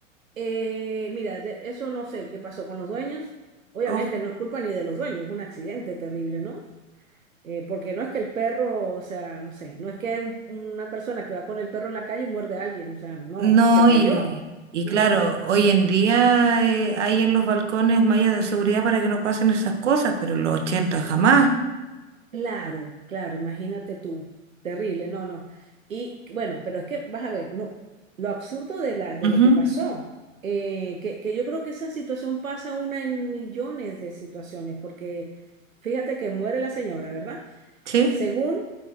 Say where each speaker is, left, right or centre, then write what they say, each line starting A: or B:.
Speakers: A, on the right (about 75°); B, on the right (about 60°).
A: eh, mira, de- eso no sé qué pasó con los dueños. Obviamente
B: Oh.
A: no es culpa ni de los dueños, es un accidente terrible, ¿no? Eh, porque no es que el perro, o sea, no sé, no es que un- una persona que va con el perro en la calle muerde a alguien, o sea, no,
B: No,
A: se cayó.
B: y, y
A: Mm,
B: claro, hoy en día eh, hay en los balcones mallas de seguridad para que no pasen esas cosas, pero en los 80 jamás,
A: claro, claro, imagínate tú, terrible, no, no. Y bueno, pero es que vas a ver, no, lo absurdo de la, de
B: Ujú.
A: lo que pasó, eh, que, que yo creo que esa situación pasa una en millones de situaciones, porque fíjate que muere la señora, ¿verdad?
B: ¿sí?
A: Según